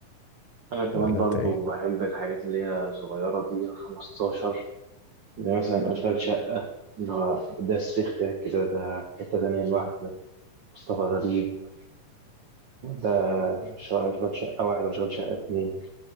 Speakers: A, on the right; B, on the left.
A: أنا كمان
B: ولا
A: برضو
B: أنت إيه؟
A: بحب الحاجات اللي هي صغيرة دي 15 زي مثلا أشغال شقة اللي هو ده صريخ ده كده ده حتة تانية لوحده ده مصطفى غريب ده شغال شقة واحد وشغال شقة اتنين